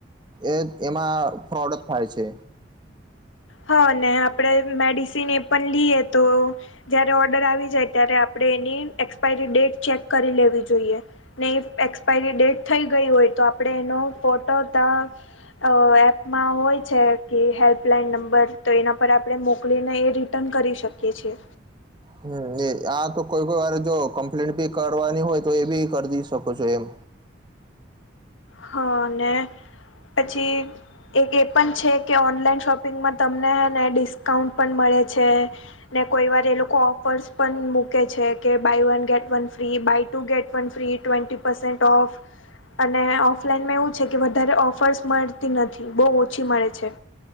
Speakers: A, on the right; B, on the left.
A: એ એમાં ફ્રોડ જ થાય છે.
B: હા ને આપણેે મેડિસિન એ પણ લઈએ તો જયારે ઓર્ડર આવી જાય, ત્યારે આપણે એની એક્સપાયરી ડેટ ચેક કરી લેવી જોઈએ ને એક્સપાયરી ડેટ થઈ ગઈ હોય, તો આપડે એનો ફોટો ત અ એપમાં હોય છે, કે હેલ્પલાઈન નંબર બર તો એના પર આપણે મોકલીને એ રિટર્ન કરી શકીએ છીએ.
A: હમ્મ એ આ તો કોઈ કોઈ વાર જો કમ્પ્લેન બી કરવાની હોય તો એ બી કરી શકો છો, એમ
B: હા, અનેને પછી એક એ પણ છે. કે ઓનલાઈન શોપિંગમાં તમને ને ડિસ્કાઉન્ટ પણ મળે છે. ને કોઈ વાર એ લોકો ઓફર્સ પણ મૂકે છે, કે buy one get one free buy two get free ટવે ઓફ અને ઓફ ઓફલાઈનમાં એવું છે. કે વધારે ઓફર્સ મળતી નથી બહુ ઓછી મળે છે.